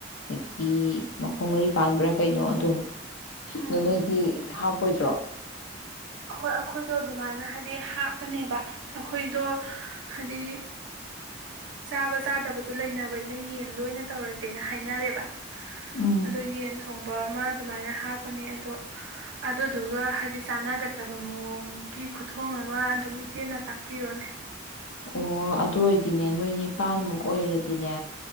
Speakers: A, on the left; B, on the right.
A: ꯑꯗꯒꯤ ꯃꯈꯣꯡ ꯃꯔꯤ ꯄꯥꯟꯕ꯭ꯔ ꯀꯩꯅꯣ ꯑꯗꯨꯝ
B: ꯎꯝ
A: ꯑꯗꯨ ꯅꯣꯏꯗꯤ ꯍꯥꯞꯄꯣꯏꯗ꯭ꯔꯣ
B: ꯑꯈꯣꯏ ꯑꯈꯣꯏꯁꯨ ꯑꯗꯨꯃꯥꯏꯅ ꯍꯥꯏꯗꯤ ꯍꯥꯞꯀꯅꯦꯕ ꯑꯩꯈꯣꯏꯗꯣ ꯍꯥꯏꯗꯤ ꯆꯥꯕ ꯆꯥꯗꯕꯗꯨ ꯂꯩꯅꯕꯅꯤꯅ ꯌꯦꯟꯗꯣ ꯑꯣꯏꯅ ꯇꯧꯔꯁꯦꯅ ꯍꯥꯏꯅꯔꯦꯕ
A: ꯎꯝ
B: ꯑꯗꯣ ꯌꯦꯟ ꯊꯣꯡ ꯕ ꯑꯃ ꯗꯨꯃꯥꯏꯅ ꯍꯥꯞꯀꯅꯤ ꯑꯗꯣ ꯑꯗꯨꯗꯨꯒ ꯍꯥꯏꯗꯤ ꯆꯥꯟꯅꯒꯗꯕ ꯃꯑꯣꯡꯒꯤ ꯈꯨꯊꯣꯡ ꯑꯃ ꯑꯗꯨꯝ ꯏꯆꯦꯅ ꯇꯥꯛꯄꯤꯔꯣꯅꯦ
A: ꯑꯣ ꯑꯗꯨ ꯑꯣꯏꯗꯤꯅꯦ ꯅꯣꯏ ꯅꯤꯄꯥꯟꯃꯨꯛ ꯑꯣꯏꯔꯗꯤꯅꯦ